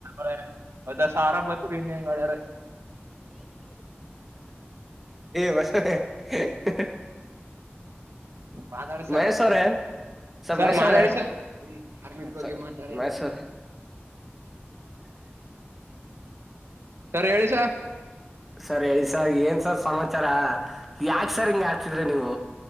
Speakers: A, on the right; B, in the centre.
A: ರ ಹೊದಸ ಆರಾಮಭತ್ ರೀ ಇನ್ ಹೆಂಗಡ್ರ <unintelligible>
B: ಮಷ <unintelligible>
A: ಮಾತಾಡಿ ಸರ್
B: ಮಹೇಶ್ ಅವ್ರೆ
A: ಸರ್
B: ಮಹೇಶ್
A: ಮಾತಾಡಿ
B: ಅವ್ರೆ
A: ಸರ್. ಅರ್ಮಿದ ಬಗ್ಗೆ
B: ಸರ್
A: ಮಾತಾಡಂತ
B: ಮಹೇಶ್ ಅವ್ರೆ
A: ಸರ್ ಹೇಳಿ ಸರ್
B: ಸರ್ ಹೇಳಿ ಸರ್ ಏನ್ ಸರ್ ಸಮಾಚಾರ ಯಾಕ್ ಸರ್ ಹಿಂಗ ಆಡ್ತಿದ್ರಿ ನೀವು.